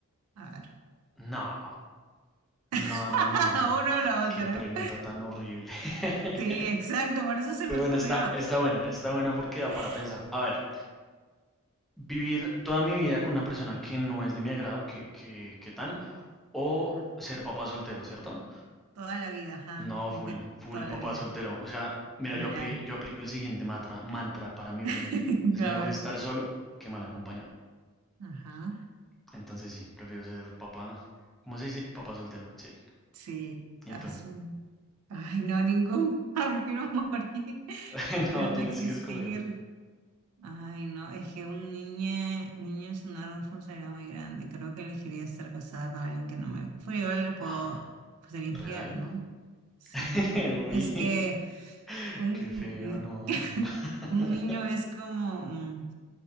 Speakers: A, on the right; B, in the centre.
A: A ver,
B: No, no,
A: <laughs>
B: no, no.
A: uno o la
B: Qué
A: otra.
B: pregunta tan horrible. <laughs>
A: Sí, exacto, por eso se
B: Pero
A: me
B: bueno,
A: ocurrió.
B: está, está buena, está buena porque da
A: <laughs>
B: para pensar. A ver, vivir toda mi vida con una persona que no es de mi agrado, que, que, que tan, o
A: Ajá,
B: ser papá soltero, ¿cierto?
A: toda la vida, ajá,
B: No,
A: como
B: full,
A: que
B: full
A: toda la
B: papá
A: vida.
B: soltero. O sea, mira,
A: Ya,
B: yo, apli- yo aplico el siguiente mantra, mantra para mi vida.
A: <laughs> a
B: Es mejor
A: ver.
B: estar solo que mal acompañado.
A: Ajá,
B: Entonces sí, prefiero ser papá. ¿Cómo se dice? Papá soltero. Sí.
A: sí,
B: ¿Y
A: azul.
B: tú?
A: Ay, no, ningún. <laughs> Prefiero morir.
B: <laughs>
A: Prefiero
B: No, tienes
A: no existir.
B: que escoger.
A: Ay, no, es que un niño, niño es una responsabilidad muy grande. Creo que elegiría estar casada con alguien que no me... Pero igual le puedo
B: Ah,
A: pues, ser infiel,
B: ¿Real?
A: ¿no? Sí.
B: <laughs> Uy,
A: Es que
B: <laughs>
A: un,
B: qué feo, no.
A: <laughs>
B: <laughs>
A: un niño es como mm,